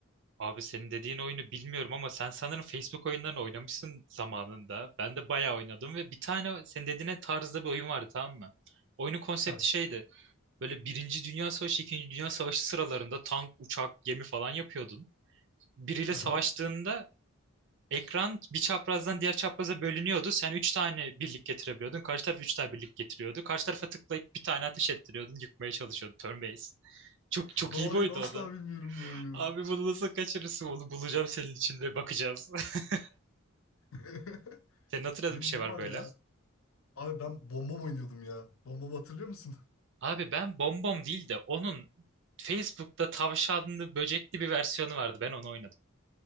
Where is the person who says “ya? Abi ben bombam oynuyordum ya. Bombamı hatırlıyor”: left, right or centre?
Left